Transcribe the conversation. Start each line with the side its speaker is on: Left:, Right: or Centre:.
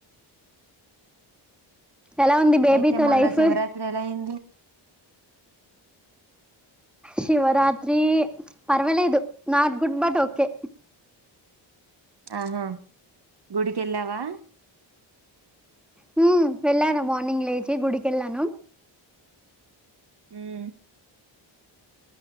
Centre: ఎలా ఉంది బేబీతో
Right: అయితే మొన్న
Centre: లైఫ్
Right: శివరాత్రి ఎలా అయింది
Centre: శివరాత్రి పర్వాలేదు నాట్ గుడ్ బట్ ఓకే
Right: ఆహా గుడికి వేళ్లావా
Centre: హు వెళ్ళాను మార్నింగ్ లేచి గుడికి వేళ్ళాను
Right: హ్మ్